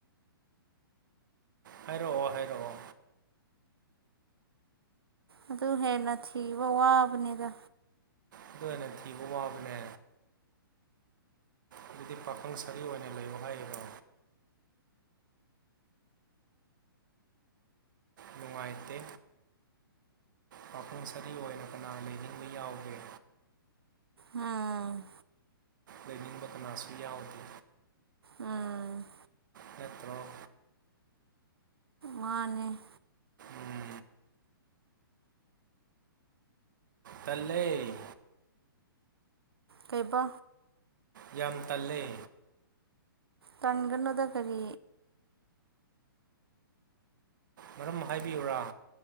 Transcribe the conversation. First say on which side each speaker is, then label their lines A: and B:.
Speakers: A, on the right; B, on the right.
A: ꯍꯥꯏꯔꯛꯑꯣ ꯍꯥꯏꯔꯛꯑꯣ
B: ꯑꯗꯨ ꯍꯦꯟꯅ ꯊꯤꯕ ꯋꯥꯕꯅꯤꯗ
A: ꯑꯗꯨ ꯑꯣꯏꯅ ꯊꯤꯕ ꯋꯥꯕꯅꯦ ꯑꯗꯨꯗꯤ ꯄꯥꯈꯪ ꯁꯔꯤ ꯑꯣꯏꯅ ꯂꯩꯌꯣ ꯍꯥꯏꯔꯤꯔꯣ ꯅꯨꯡꯉꯥꯏꯇꯦ ꯄꯥꯥꯈꯪ ꯁꯥꯔꯤ ꯑꯣꯏꯅ ꯀꯅꯥ ꯂꯩꯅꯤꯡꯕ ꯌꯥꯎꯒꯦ
B: ꯎꯝ
A: ꯂꯩꯅꯤꯡꯕ ꯀꯅꯥꯁꯨ ꯌꯥꯎꯗꯦ
B: ꯎꯝ
A: ꯅꯠꯇ꯭ꯔꯣ
B: ꯃꯥꯟꯅꯦ
A: ꯎꯝ ꯇꯜꯂꯦ
B: ꯀꯩꯕꯣ
A: ꯌꯥꯝ ꯇꯜꯂꯦ
B: ꯇꯟꯒꯅꯣꯗ ꯀꯔꯤ
A: ꯃꯔꯝ ꯍꯥꯏꯕꯤꯌꯨꯔꯥ